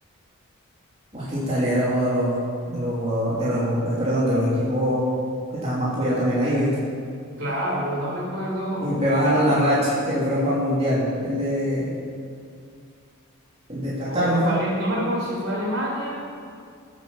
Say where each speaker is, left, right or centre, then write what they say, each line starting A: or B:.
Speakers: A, on the right; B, on the right.
A: O es que Italia era uno de los, de los jugadores, de los, eh, perdón, de los equipos que estaban más apoyados también ahí, ¿viste?
B: Claro, pero no recuerdo
A: Y después
B: con,
A: bajaron la racha, que no fueron para el Mundial. El de, el de Qatar,
B: o,
A: ¿no
B: o
A: fue?
B: fue Ale- no me recuerdo si fue Alemania